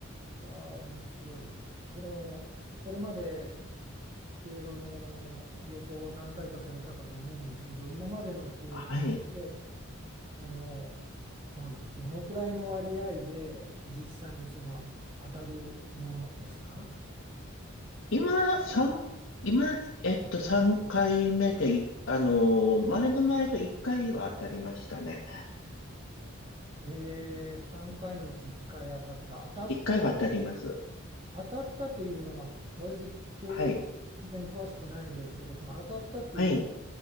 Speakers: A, on the right (about 25°); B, on the left (about 75°).
A: ああ、面白い。その、これまで競馬の予想を何回かされたかと思うんですけど、今までの経験で、
B: はい。
A: その、まあ、どのくらいの割合で実際にその当たるものですか
B: 今、三今、えっと、3回目でい、あのー、前の前の1回は当たりましたね。
A: えー、3回のうち1回当たった。当たった、
B: 1回は当たります。
A: 当たったっていうのは、私、競馬全然詳しくないんですけど、
B: はい。
A: その当たったっていう
B: はい。